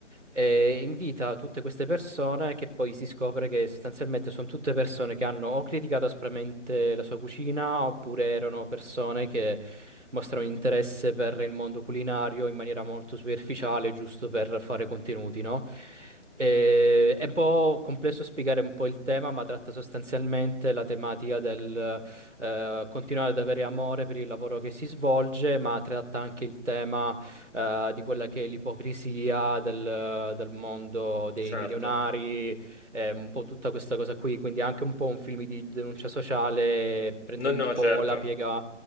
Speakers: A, on the right (about 90°); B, on the left (about 70°).
A: E invita tutte queste persone che poi si scopre che sostanzialmente sono tutte persone che hanno o criticato aspramente la sua cucina oppure erano persone che mostrano interesse per il mondo culinario in maniera molto superficiale, giusto per fare contenuti, no? Eh, è un po' complesso spiegare un po' il tema, ma tratta sostanzialmente la tematica del eh, continuare ad avere amore per il lavoro che si svolge, ma tratta anche il tema eh, di quella che è l'ipocrisia del, del mondo dei
B: Certo.
A: milionari, eh, un po' tutta questa cosa qui, quindi è anche un po' un film di denuncia sociale, prende
B: No,
A: un
B: no,
A: po'
B: certo.
A: la piega